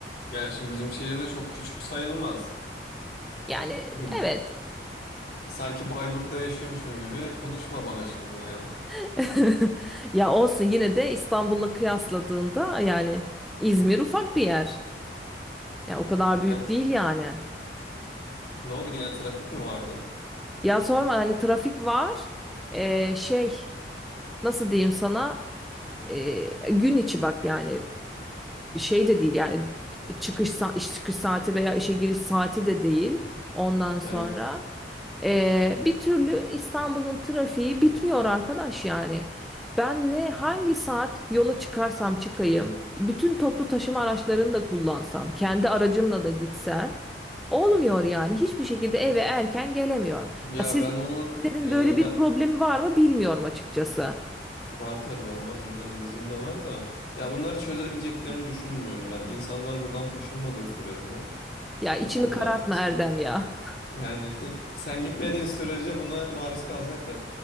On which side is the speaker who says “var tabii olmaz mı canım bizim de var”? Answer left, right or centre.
Left